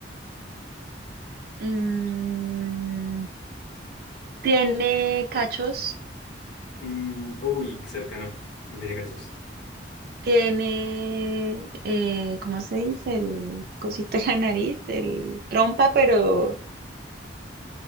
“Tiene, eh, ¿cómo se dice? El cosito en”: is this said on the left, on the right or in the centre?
Right